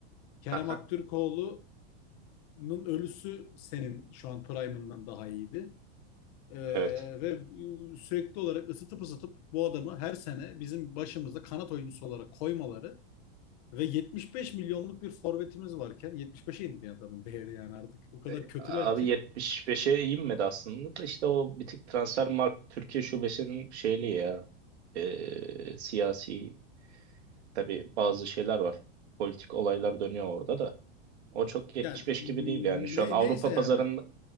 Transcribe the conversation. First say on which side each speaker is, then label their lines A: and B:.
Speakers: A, on the left; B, on the right.
A: Kerem
B: Aha.
A: Aktürkoğlu'nun ölüsü senin şu an prime'ından daha iyiydi. Ee,
B: Evet.
A: ve sürekli olarak ısıtıp ısıtıp bu adamı her sene bizim başımızda kanat oyuncusu olarak koymaları ve 75 milyonluk bir forvetimiz varken 75'e indi adamın değeri yani artık. O kadar
B: E,
A: kötüler
B: Abi
A: ki.
B: 75'e inmedi aslında da işte o bir tık Transfermarkt Türkiye şubesinin şeyli ya e, siyasi tabii bazı şeyler var. Politik olaylar dönüyor orada da. O çok 75
A: Ya ne,
B: gibi değil yani. Şu an Avrupa
A: neyse yani.
B: pazarında